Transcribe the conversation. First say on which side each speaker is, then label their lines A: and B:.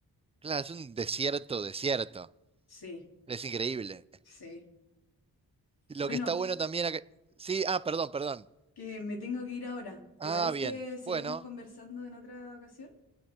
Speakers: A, on the right; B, on the left.
A: claro, es un desierto, desierto.
B: Sí,
A: Es increíble.
B: sí.
A: Lo
B: Bueno,
A: que está bueno también acá- Sí, ah, perdón, perdón.
B: que me tengo que ir ahora.
A: Ah,
B: ¿Te parece
A: bien.
B: seguimos
A: Bueno.
B: conversando en otra ocasión?